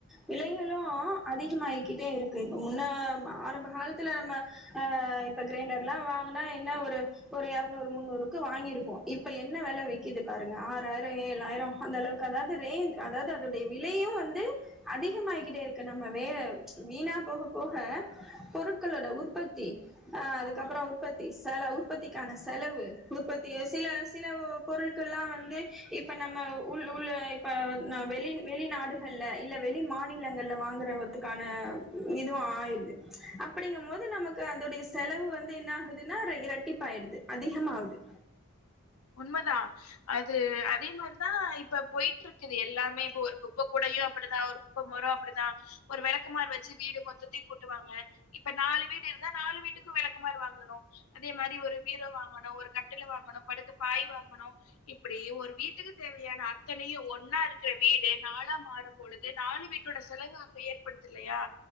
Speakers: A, in the centre; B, on the left (about 80°).
A: விலைகளு உ அதிகமாயிக்கிட்டே இருக்கு இப்ப முன்ன ப ஆரம்ப காலத்துல நம்ம அ இப்ப கிரைண்டர்ல்லா வாங்கனா என்ன ஒரு ஒரு எறநூறு முன்னூறுக்கு வாங்கிருப்போ இப்ப என்ன வெல விக்கிது பாருங்க ஆறாயிரோ ஏழாயிரோ அந்த அளவுக்கு அதாவது ரே அதாவது அதுடைய விலையு வந்து அதிகமாய்க்கிட்டே இருக்கு நம்ம வேக வீணா போக போக பொருட்களோட உற்பத்தி அ அதுக்கப்பறோ
B: ஆமா
A: உற்பத்தி செலவு ற்பத்திக்கான செலவு உற்பத்திய சில சிலவ் பொருட்கள்லா வந்து இப்ப நம்ம உள் உள் இப்ப நா வெளி வெளிநாடுகள்ல இ ல்ல வெளி மாநிலங்கள்ல வாங்கறவதுக்கா ன இதுவு ஆய்ருது அப்படிங்கும் போது நமக்கு அதுடைய செலவு வந்து என்ன ஆகுதுன்னா ர இரட்டிப்பாயிடுது அதிகமாவ்து
B: உண்மைதா அது அதே மாரிதா இப்ப போயிட்டு இருக்குது எல்லாமே இப்போ ஒரு குப்பை கூடையு அப்புடிதா ஒரு குப்ப மொரொ அப்டிதா ஒரு வெளக்குமாரு வச்சு வீடு மொத்தத்தையு கூட்டுவாங்க இப்ப நாலு வீடு இருந்தா நாலு வீட்டுக்கு வெளக்குமாரு வாங்கணு அதே மாரி ஒரு பீரோ வாங்கனு ஒரு கட்டில வாங்கணு <unintelligible> வாங்கனும் இப்புடி ஒரு வீட்டுக்கு தேவையான அத்தனையு ஒன்னா இருக்குற வீடு நாளா மாற ழுது நாலு வீட்டோட செலவு அங்க ஏற்படுது இல்லயா